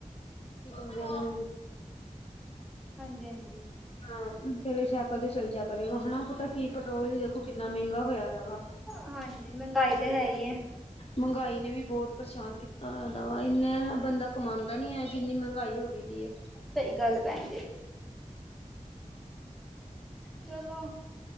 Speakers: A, on the left; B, in the centre.
A: ਦੇਨ
B: ਹਾਂਜੀ ਹਾਂਜੀ।
A: ਹਾ ਫਿਰ ਏ ਸਾਈਕਲ ਤੇ ਚੱਲ ਜਿਆ ਕਰੇਗਾ ਹਨਾ ਪਤਾ ਕੀ ਪੈਟਰੋਲ
B: ਹਾਂਜੀ
A: ਵੀ ਦੇਖੋ ਕਿੰਨਾ ਮਹਿੰਗਾ ਹੋਇਆ ਦਾ ਵਾ।
B: ਹਾਂਜੀ ਮਹਿੰਗਾਈ ਤਾਂ ਹੈ ਹੀ ਐ।
A: ਮਹਿੰਗਾਈ ਨੇ ਵੀ ਬਹੁਤ ਪਰੇਸ਼ਾਨ ਕੀਤਾ ਦਾ ਵਾ ਇੰਨਨਾ ਬੰਦਾ ਕਮਾਉਂਦਾ ਨੀ ਹੈ ਜਿੰਨੀ ਮਹਿੰਗਾਈ ਹੋ ਗਈ। ਗ ਹੈ <unintelligible>
B: ਸਹੀ ਗੱਲ ਆ ਭੈਣ ਜੀ ਚਲੋ।